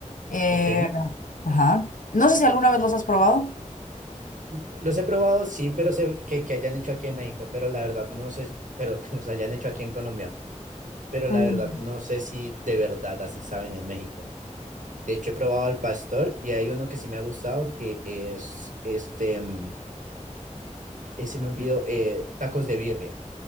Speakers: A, on the left (about 85°); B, on the right (about 75°).
A: Eh,
B: Ok.
A: ajá. No sé si alguna vez los has probado.
B: Los he probado, sí, pero sé que, que hayan hecho aquí en México, pero la verdad no sé, pero que los hayan hecho aquí en Colombia, pero
A: Mm.
B: la verdad no sé si de verdad así saben en México. De hecho, he probado al pastor y hay uno que sí me ha gustado que es este, mm, eh, se me olvidó, eh, tacos de birria.